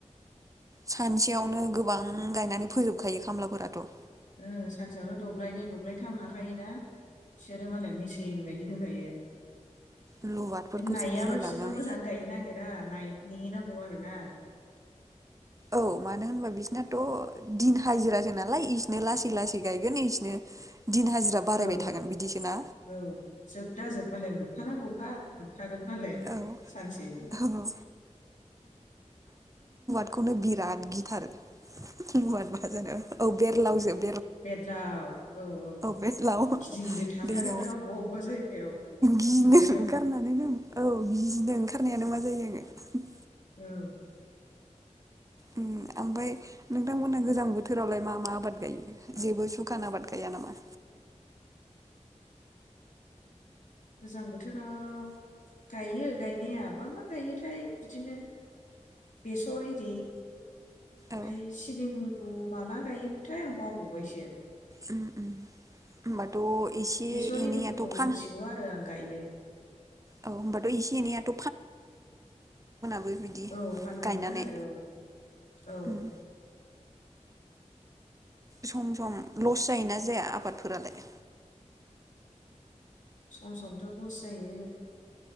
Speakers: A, on the right; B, on the left.
A: सानसेयावनो गोबां गायनानै फोजोबखायो खामलाफोराथ'।
B: ओ सानसेयावनो दब्लायनै दब्लायथाम हाखायोना? बिसोरो मालाय मेसिन बायदि होखायो।
A: लबारफोरखौसो
B: <inaudible> नायाबा
A: गिलायलाङो
B: बिसोरबो
A: आं
B: मोजां गायनो नागिरा नाय नेयै नां खौ आरो ना।
A: औ मानो होनबा बिसिनाथ' दिन हाजिरासो नालाय इसिनो लासै लासै गायगोन इसिनो दिन हाजिरा बारायबाय
B: औ
A: थागोन बिदिसोना
B: औ जोबदा जोबबालायमोन। खानांगौखा मोन थागोन मालाय
A: औ
B: सानसेनि।
A: औ खौनो बिराद गिथारो मुवाद बाजानायाव औ बेरलाव जोब
B: बेदलाव औ औ
A: बेरलाव
B: गिदिर गिदिर थाथारोना
A: दैयाव
B: अबबा अबबा जायगायाव दुब्लियाव।
A: गिनो ओंखारनानैनो औ गिनो ओंखारनायानो मा जायो आङो
B: ओ।
A: ओ आमफ्राय नोंथांमोनहा गोजां बोथोरावलाय मा मा आबाद गायो जेबो सुखान आबाद गाया नामा?
B: गोजां बोथोरा गायो गायनाया मा मा गायोथाय बिदिनो बेसर हिरि फ्राय
A: औ
B: सिबिंखौ माला गायोमोनथाय आं बावबावबायसो।
A: उम होमबाथ' एसे
B: बेसर
A: एनैयाथ'
B: एरिफोरखौ
A: फान
B: मिथिगौ आरो आं गायो
A: औ होनोमबाथ' एसे एनैयाथ' <inaudible>
B: औ फाननो
A: गायनानै
B: मोनो आरो औ औ
A: उम सम सम लस जायोना जाया आबादफोरालाय?
B: सम समथ' लस जायो